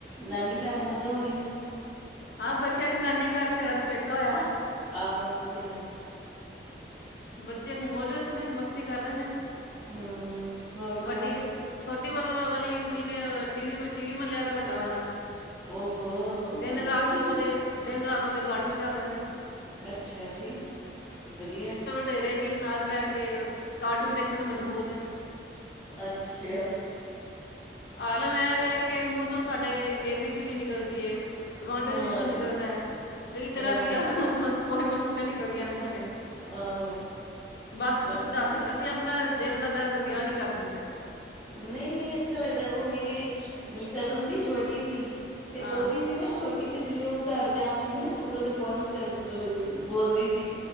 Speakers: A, in the centre; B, on the left (about 60°).
A: ਨਾਨੀ ਘਰ ਮੌੋਜਾਂ ਹੋ ਰਹੀਆਂ
B: ਹਾਂ ਬੱਚਿਆਂ ਦੀ ਨਾਨੀ ਘਰ ਮੇਰਾ ਤੇ ਪੇਕਾ ਹੋਇਆ
A: ਆਹੋ ਉਹ ਤੇ ਹੈ
B: ਬੱਚੇ ਮੌਜ ਵਿੱਚ ਨੇ ਮਸਤੀ ਕਰ ਰਹੇ ਨੇ
A: ਹੂੰ ਹੋਰ
B: ਵੱਡੀ
A: ਸੁਣਾਓ
B: ਛੋਟੀ ਬ ਵਾਲੀ ਕੁੜੀ ਨੇ ਟੀ ਵੀ ਮਲਿਆ ਤਾਂ ਵੱਡਾ ਵਾਲਾ
A: ਓਹੋ
B: ਦਿਨ
A: ਅੱਛਾ
B: ਰਾਤ ਉਹ
A: ਜੀ
B: ਦੇ ਦਿਨ ਰਾਤ ਦੇ ਕਾਰਟੂਨ ਚੱਲ ਰਹੇ ਨੇ
A: ਅੱਛਾ ਜੀ ਵਧੀਆ
B: ਘੇਰੇ ਵੀ ਨਾਲ ਬਹਿ ਕੇ ਕਾਰਟੂਨ ਦੇਖਣ ਨੂੰ ਮਜਬੂਰ ਨੇ
A: ਅੱਛਾ
B: ਆਲਮ ਇਹ ਵੇ ਕਿ ਮੂੰਹ ਤੋਂ ਸਾਡੇ ਏ ਬੀ ਸੀ ਡੀ ਨਿਕਲਦੀ ਏ ਵਾਂਟ
A: ਹਾਂ
B: ਰਿਫੰਨ ਨਿਕਲਦਾ ਹੈ ਕਈ ਤਰ੍ਹਾਂ
A: ਹਾਂ
B: ਦੀਆਂ ਪੋਯਮਾ ਮੂੰਹ ਚੋ ਨਿਕਲਦੀਆਂ ਨੇ ਸਾਡੇ
A: ਆਹੋ
B: ਬਸ
A: ਅੱਛਾ
B: ਅਸੀਂ ਦੱਸ ਅਸੀਂ ਆਪਣਾ ਦਿਲ ਦਾ ਦਰਦ ਬਿਆਨ ਨਹੀਂ ਕਰ ਸਕਦੇ
A: ਨਹੀਂ, ਨਹੀਂ ਅੱਛਾ ਲੱਗਦਾ ਉਹ ਮੇਰੀ ਮੇਰੀ ਕਜ਼ਨ ਸੀ ਛੋਟੀ ਸੀ ਤੇ
B: ਹਾਂ
A: ਉਹ ਵੀ ਸੀ ਨਾ ਛੋਟੀ ਦਿੱਲੀਔ ਉਹ ਘਰ ਜਾਆਂਦੀ ਸੀ ਨਾ ਸਕੂਲੋਂ ਤੇ ਪੋਇਮਸ ਕਰ ਬੋਲਦੀ ਸੀ